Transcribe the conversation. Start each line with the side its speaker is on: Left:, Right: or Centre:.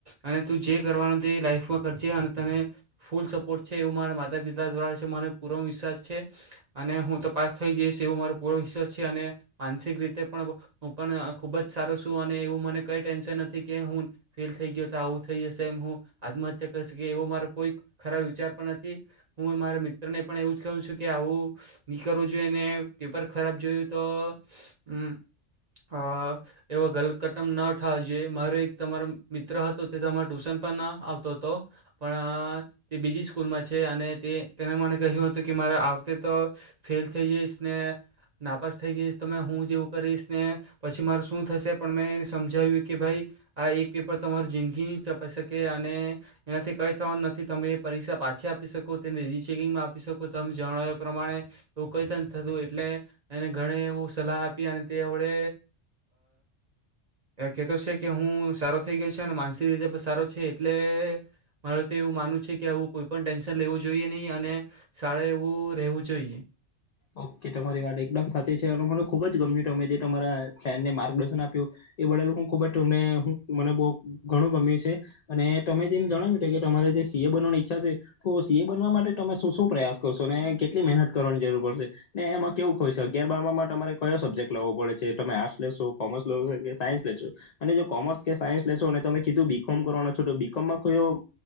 Right: અને તું જે કરવાનું તે એ લાઈફમાં કરજે અને તને ફૂલ સપોર્ટ છે એવું મારા માતા પિતા દ્વારા પૂ વિશ્વાસ છે અને હું તપાસ થઈ જઈશ એવો મારો પૂરો વિશ્વાસ છે અને માનસિક રીતે પણ હું પણ ખુબ જ સારો છું અને એવું મને કઈ ટેન્શન નથી કે હું ફેલ થઈ ગયો તો આવું થઈ જશે એમ હું આત્મહત્યા કરીકી એવો મારો કોઈ ખરાબ વિચાર પણ નથી હું મારા ને પણ એવું જ કહવું છું કે આવું નીકળવું જોઈએને પેપર ખરાબ જોયું તોમ અ એવો ગલત કટમ ન ઉઠાવો જોઈએ મારો એક તમારો મિત્ર હતો તે તમારે ટુશન પણ ન આવતો હતો પણ તે બીજી સ્કૂલમાં છે અને તે તેણે મને કહ્યું હતું કે મારે આ વખતે તો ફેલ થઈ જઈશ ને નાપાસ થઈ જઈશ તમે હું જેવું કરીશ ને પછી માર શું થશે પણ મેં એને સમજાવ્યું કે ભાઈ આ એક પેપર તમારું જિંદગી ન તપાઈ શકે અને એનાથી કંઈ થવાનું નથી તમે એ પરીક્ષા પાછી આપી શકો તેને ર ચેકીંગમાં આપી શકો તમે જણાવ્યા પ્રમાણે એવું કઈ ત થતું એટલે એને ઘણે એવું સલાહ આપી અને તે હવડે કેહેતો છે, કે હું સારો થઈ ગયો છે, અને માનસિક રીતે પણ સારો છે, એટલે મારે તો એવું માનવું છે કે આવું કોઈ પણ ટેન્શન લેવું જોઈએ નહીં અને શાળા એવું રહેવું જોઈએ
Left: ઓકે તમારી વાત એકદમ સાચી છે, અને મને ખુબ જ ગમ્યું અમે જે તમારા ફેન્ડને માર્ગદર્શન આપ્યું એ બનેલું હું ખુબ જ તમને મને બહુ ઘણું ગમ્યું છે અને તમે જેમ જણાવ્યું છે કે તમારે જે સીએ બનવાની ઈચ્છા છે તો સીએ બનવા માટે તમે શું શું પ્રયાસ કરશો અને કેટલી મહેનત કરવાની જરૂર પડશે ને એમાં કેવું હો છે, અગિારમાં તમારે કયો સબ્જેક્ટ લેવો પડે છે, તમે આર્ટસ લેશો કોમર્સ લો કે સાયન્સ લેશો અને જો કોમર્સ કે સાયન્સ લેશો અને તમે કીધું બીકોમ કરવાના છો, તો બીકોમમાં કયો